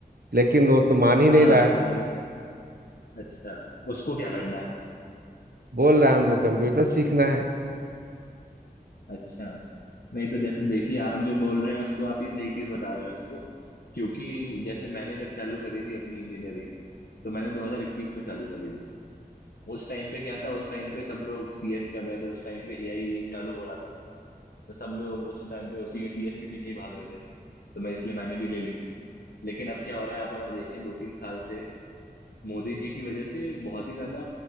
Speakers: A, on the right; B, on the left.
A: लेकिन वो तो मान ही नहीं
B: हाँ
A: रहा है
B: नहीं अच्छा उसको क्या करना है
A: बोल रहा है हमको कंप्यूटर सीखना है
B: अच्छा नहीं तो जैसे देखिए आप जो बोल रहे हैं उसको आप ये सही चीज बता रहे हैं उसको क्योंकि जैसे मैंने जब चालू करी थी अपनी इंजीनियरिंग तो मैंने 2021 में चालू करी थी उस टाइम पे क्या था उस टाइम पे सब लोग सीएस कर रहे थे उस टाइम पे एआई चालू हो रहा था तो सब लोग उस टाइम पे उसी के सीएस के पीछे ही भाग रहे थे तो मैं इसलिए मैंने भी ले ली लेकिन अब क्या हो रहा है आप अगर देखें दो तीन साल से मोदी जी की वजह से बहुत ही ज्यादा